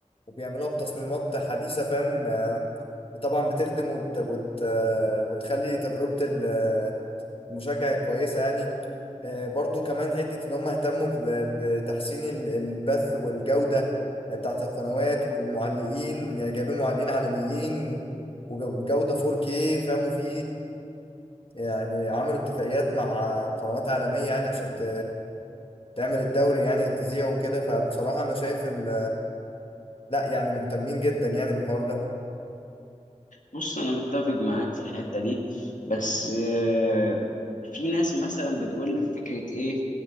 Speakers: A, on the left; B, on the left.
A: وبيعملوها بتصميمات حديثه فاهم آه، طبعا بتخدم وت... وت... آه، وتخلي تجربه ال- آه، المشجع كويسه يعني آه، برضه كمان حته ان هم اهتموا ب... بتحسين ال- البث والجوده بتاعت القنوات والمعلقين يعني جايبين معلقين عالميين و... وجوده 4K فاهم وفي يعني عملوا اتفاقيات مع قنوات عالمية يعني عشان ت... تعمل الدوري يعني تذيعه وكده فبصراحة أنا شايف ال... لا يعني مهتمين جدا يعني بالحوار ده
B: بص انا متفق معاك في الحته دي بس آه، في ناس مثلا بتقول لك فكره ايه